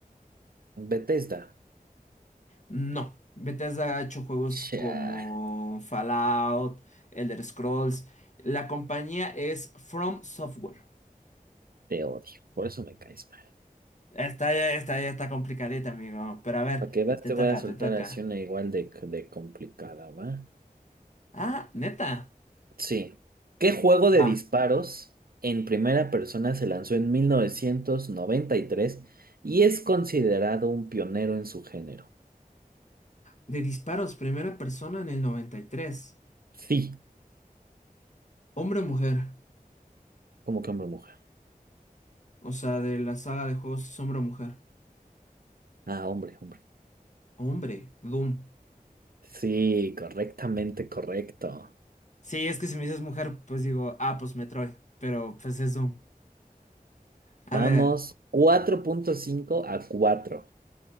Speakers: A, on the right (about 75°); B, on the left (about 50°).
A: Bethesda.
B: No, Bethesda ha hecho juegos
A: Chale,
B: como Fallout, Elder Scrolls. La compañía es From Software.
A: te odio. Por eso me caes mal.
B: Esta ya, esta ya está complicadita, amigo. Pero a ver,
A: Para que veas,
B: te
A: te
B: toca,
A: voy a soltar
B: te toca.
A: así una igual de, de complicada, ¿va?
B: Ah, neta.
A: Sí. ¿Qué juego
B: Va.
A: de disparos en primera persona se lanzó en 1993 y tres y es considerado un pionero en su género?
B: De disparos, primera persona en el noventa y tres.
A: Sí.
B: Hombre o mujer.
A: ¿Cómo que hombre o mujer?
B: O sea, de la saga de juegos es hombre o mujer.
A: Ah, hombre, hombre.
B: Hombre, Doom.
A: Sí, correctamente correcto.
B: Sí, es que si me dices mujer, pues digo, ah, pues Metroid. Pero pues es Doom. A
A: Vamos,
B: ver,
A: cuatro punto cinco a cuatro